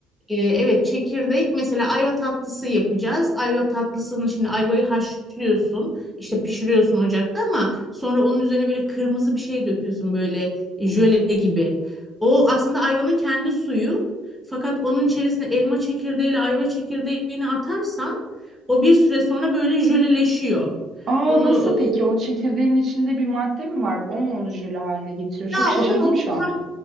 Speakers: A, in the centre; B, on the right.
A: Ee, evet çekirdek mesela ayva tatlısı yapacağız. Ayva tatlısını şimdi ayvayı haşlıyorsun işte pişiriyorsun ocakta ama sonra onun üzerine böyle kırmızı bir şey döküyorsun böyle jöle gibi. O aslında ayvanın kendi suyu fakat onun içerisine elma çekirdeğiyle ayva çekirdeğini atarsan o bir süre sonra böyle jöleleşiyor.
B: Aa
A: Onu
B: nasıl
A: ıı,
B: peki? O çekirdeğin içinde bir madde mi var? O mu onu jöle haline getiriyor?
A: Ya
B: Çok şaşırdım
A: onun o
B: şu an.
A: tam